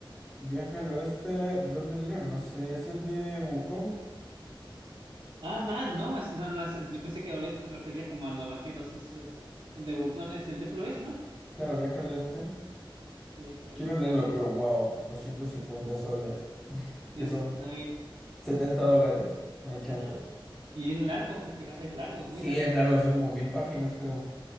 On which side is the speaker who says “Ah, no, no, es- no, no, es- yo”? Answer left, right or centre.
Right